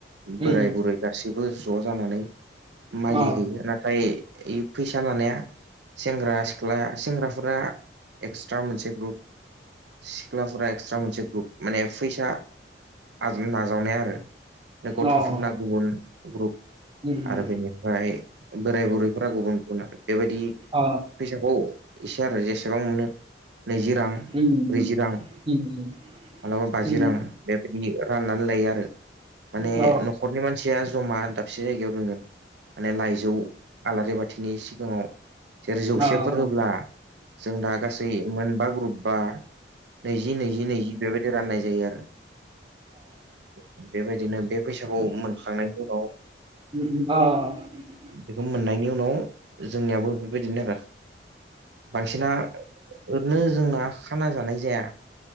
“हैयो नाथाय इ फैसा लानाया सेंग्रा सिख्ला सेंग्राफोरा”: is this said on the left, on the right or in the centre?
Right